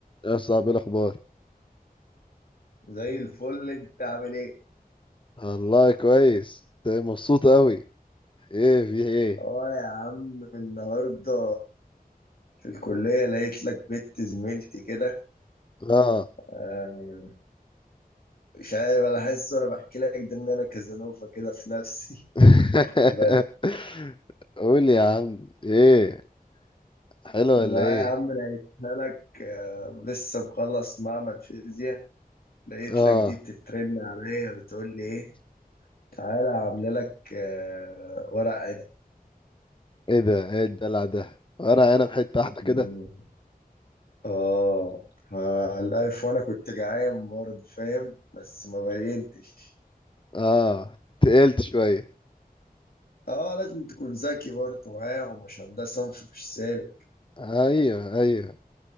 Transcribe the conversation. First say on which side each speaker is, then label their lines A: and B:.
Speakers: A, on the left; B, on the left.
A: يا صاحبي إيه الاخبار
B: زي الفل انت عامل ايه؟
A: والله كويس إنت مبسوط قوي ايه في ايه
B: اه يا عم النهارده في الكلية لقيت لك بنت زميلتي كده
A: اه
B: آه، مش عارف انا حاسس وانا بحكي لك ده ان انا كازانوفا كده في نفسي
A: <laughs>
B: <laughs> بس
A: قول يا عم ايه حلو ولا
B: لا
A: ايه
B: يا عم لقيتها لك آه، لسه مخلص معمل فيزياء لقيت
A: اه
B: لك دي بتترن عليا بتقول لي ايه تعالى عامله لك آه، ورق
A: ايه ده ايه الدلع ده ورق عنب حته واحده كده
B: عنب اه آه، الألف وأنا كنت جعان برضه فاهم بس ما بينتش
A: اه تقلت شويه
B: اه لازم تكون ذكي برضه معاهم عشان ده صنف مش سالك
A: ايوه ايوه